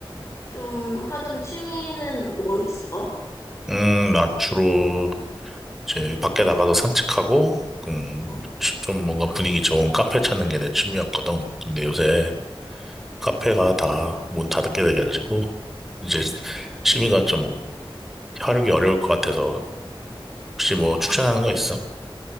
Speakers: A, on the left; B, in the centre.
A: 좀 하던 취미는 뭐 있어?
B: 음, 나 주로 이제 밖에 나가서 산책하고, 음,
A: 응.
B: 좀 뭔가 분위기 좋은 카페 찾는 게 내 취미였거든. 근데 요새 카페가 다 문 닫게 돼가지고 이제 취미가 좀 하루기 어려울 것 같아서 혹시 뭐 추천하는 거 있어?